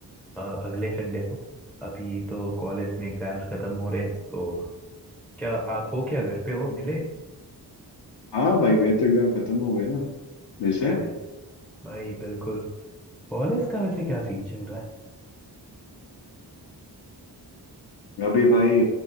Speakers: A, in the centre; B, on the left.
A: अ, अगले संडे को अभी तो कॉलेज में एग्जाम्स खत्म हो रहे हैं तो क्या आप हो क्या घर पे हो मिले
B: हाँ भाई मेरे तो एग्जाम खत्म हो गए ना मिलते
A: अरे
B: हैं
A: भाई बिल्कुल कॉलेज का वैसे क्या सीन चल रहा है
B: अभी भाई